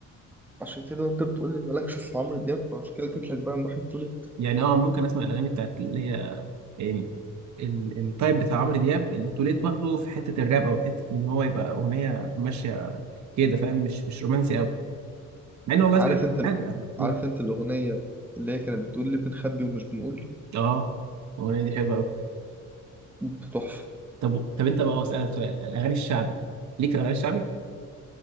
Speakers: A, in the centre; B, on the right.
A: عشان كده انت بتقول لي مالكش في عمرو دياب فعشان كده جيت لك بقى من ناحيه تولد
B: يعني اه ممكن اسمع الاغاني بتاعت اللي هي يعني ال- التايب بتاع عمرو دياب اللي توليت واخده في حته الراب او حته ان هو يبقى اغنيه ماشيه كده فاهم مش مش رومانسي قوي مع ان والله
A: عارف
B: ساعات
A: انت ال-
B: ساعات بقى بقول
A: عارف انت الاغنيه اللي هي كانت بتقول لي بنخبي ومش بنقول
B: اه الاغنيه دي حلوه قوي
A: تحفه
B: طب طب انت بقى اسالك سؤال الاغاني الشعبي ليك الاغاني الشعبي